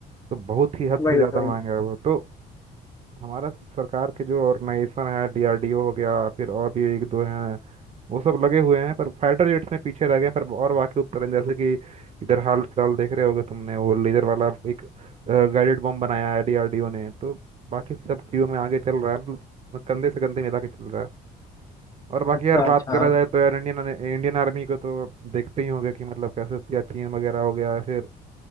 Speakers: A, on the right; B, on the left.
A: तो बहुत ही हद
B: वही
A: से ज़्यादा
B: वही
A: महंगा है वो तो हमारा सरकार के जो ऑर्गेनाइजेशन है डीआरडीओ हो गया फिर और भी एक दो हैं वो सब लगे हुए हैं पर फाइटर जेट्स में पीछे रह गए हैं पर और बाकी उपकरण जैसे कि इधर हाल फिलहाल देख रहे होगे तुमने वो लेजर वाला एक गाइडेड बम बनाया है डीआरडीओ ने तो बाकी सब चीज़ों में आगे चल रहा है मतलब कंधे से कंधे मिला के चल रहा है और बाकी
B: अच्छा
A: यार बात
B: अच्छा
A: करा जाए तो यार इंडियन इंडियन आर्मी को तो आप देखते ही होंगे कि मतलब कैसे उसका चीन वगैरह हो गया है फिर